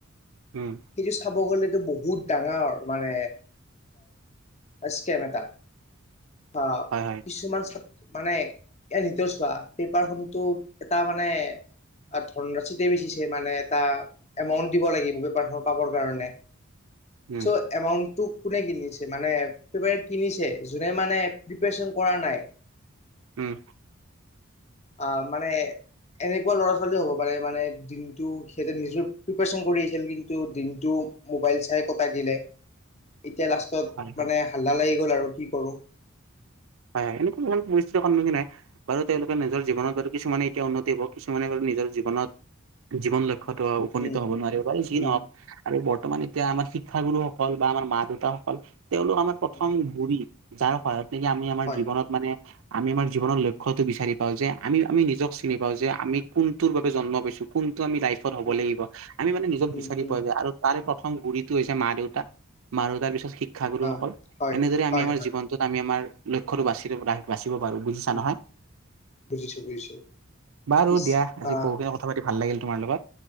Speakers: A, on the right (about 75°); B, on the left (about 30°).
A: উম
B: সেইটো চাব গলেতো বহুত ডাঙৰ মানে স্কেম এটা বা
A: হয় হয়
B: কিছুমান মানে এ নিজৰ চোৱা পেপাৰ খনো এটা মানে। আৰু ধন ৰাশিতে বেছিছে মানে এটা এমাউণ্ট দিব লাগিব পেপাৰখন পাবৰ কাৰণে
A: উম
B: চ' এমাউণ্ট কোনে কিনিছে মানে পেপ কিনিছে যোনে মানে প্ৰিপচন কৰা নাই
A: উম
B: আ মানে এনেকুৱা ল'ৰা ছোৱালী হ'ব পাৰে মানে দিনটো সিহঁতে নিজৰ প্ৰিপাৰচন কৰি আহিছিল কিন্তু দিনটো মোবাইল চাই কটাই দিলে এতিয়া লাষ্টত
A: হয় হয়
B: মানে হাল্লা লাগি গ'ল আৰু কি কৰো
A: হয় হয় এনেকোৱা ইমান পৰিস্থিতিৰ সন্মুখীন হয় বাৰু তেওঁলোকে নিজৰ জীৱনত কিছুমানে এতিয়া উন্নতি হব কিছুমানে বাৰ নিজৰ জীৱনত জীৱন লক্ষ্যত উপনীত
B: উম
A: হব নোৱাৰিব যি
B: উম
A: নহওঁক বৰ্তমান এতিয়া আমাৰ শিক্ষাগুৰুসকল বা আমাৰ মা দেউতাসকল তেওঁলোক আমাৰ প্ৰথম
B: উম
A: গোৰি যাৰ সহায়ত নেকি আমি আমাৰ
B: হয়
A: জীৱনত মানে আমি আমাৰ জৱনৰ লক্ষ্যতো বিচাৰি পাওঁ যে আমি আমি। চিনি
B: উম
A: পাওঁ যে আমি কোনটোৰ বাবে জন্ম পাইছো কোন লাইফট হব'
B: উম
A: লাগিব আমি মানে নিজক
B: উম
A: বিচাৰি
B: উম
A: পোৱা যায় আৰু তাৰ প্ৰথম গুৰিটো হৈছে মা দেউতা মা দেউতাৰ পিছত শি শিক্ষাগুৰুসকল
B: অ', হয়,
A: এনেদৰে আমি
B: হয়,
A: আমাৰ
B: হয়,
A: জীৱনটোত আমি আমাৰ লক্ষ্যটো বাচি বা বুজিছা
B: উম,
A: নহয়
B: বুজিছো, বুজিছো
A: বাৰু
B: পিছ
A: দিয়া আজি
B: আহ,
A: বহুখিনি কথা পাতি ভাল লাগিল তোমাৰ লগত।